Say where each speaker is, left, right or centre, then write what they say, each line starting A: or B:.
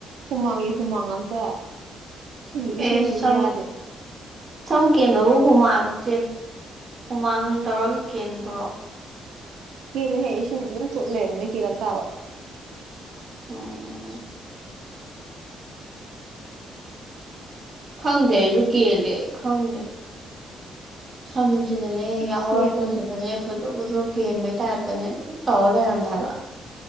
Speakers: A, on the right; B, on the right.
A: ꯍꯨꯃꯥꯡꯒꯤ ꯍꯨꯃꯥꯡ ꯉꯥꯛꯇ ꯁꯤꯒꯤ ꯏꯁꯤꯡꯁꯤꯁꯨ
B: ꯑꯦꯁꯝ
A: ꯌꯥꯗꯦ
B: ꯁꯝ ꯀꯦꯟꯕꯕꯨ ꯍꯨꯃꯥꯡꯠ ꯍꯨꯃꯥꯡꯗ ꯇꯧꯔꯒ ꯀꯦꯟꯕ꯭ꯔꯣ
A: ꯀꯂ ꯍꯦ ꯁꯤꯝ ꯆꯣꯠꯂꯅꯦ ꯀ ꯇꯥꯋꯥ
B: ꯑꯣ ꯈꯪꯗꯦ ꯌꯨꯀꯦꯜꯂꯦ ꯈꯪꯗꯦ ꯁꯝꯁꯤꯗꯁꯦ ꯌꯥꯍꯧꯔꯛꯄꯁꯤ
A: ꯁꯦꯝꯒꯅꯤ
B: ꯐꯁꯦ ꯐꯨꯗ꯭ꯔꯣꯛ ꯐꯨꯗ꯭ꯔꯨ ꯀꯦꯟꯕꯩ ꯇꯥꯔꯞꯇꯅꯦ ꯑꯗꯨꯝ ꯇꯧꯔ ꯂꯩꯔꯝꯃꯦ ꯍꯥꯏꯕ